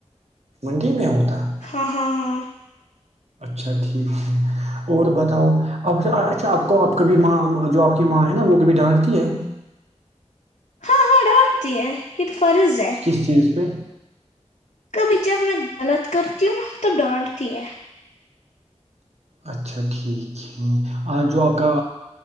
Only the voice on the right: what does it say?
منڈی میں ہوتا ہے
اچھا ٹھیک ہے اور بتاؤ آپ اچھا آپ کو آپ کاب ماں جو آپ کی ماں ہے نا وہ کبھی ڈانٹتی ہے
کس چیز پہ
اچھا ٹھیک ہے جو آپ کا